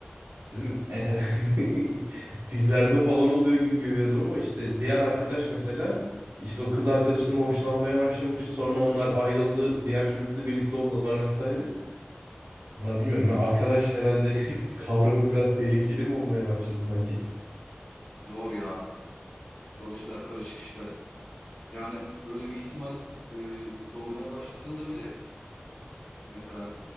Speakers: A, on the right; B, on the left.
A: Dedim "Eh, <laughs> dizilerde falan oluyor gibi görüyordum ama işte diğer arkadaş mesela işte o kız arkadaşından hoşlanmaya başlamıştı. Sonra onlar ayrıldı. Diğer çocukla birlikte oldular vesaire. Vallahi bilmiyorum. ya, Arkadaş herhalde <laughs> kavramı biraz tehlikeli mi olmaya başladı sanki?
B: Zor ya. Zor işler, karışık işler. Yani böyle bir ihtimal e, doğmaya başladığında bile mesela